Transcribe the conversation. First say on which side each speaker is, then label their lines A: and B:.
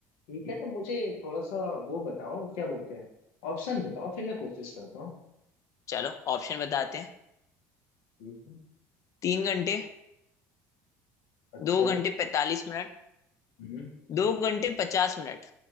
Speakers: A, on the left (about 75°); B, on the left (about 45°).
A: ठीक है तो मुझे थोड़ा सा वो बताओ क्या बोलते हैं ऑप्शन बताओ फिर मैं कोशिश करता हूँ
B: चलो ऑप्शन बताते हैं
A: ठीक है
B: तीन घंटे
A: अच्छा
B: दो घंटे पैंतालीस मिनट
A: हम्म
B: दो घंटे पचास मिनट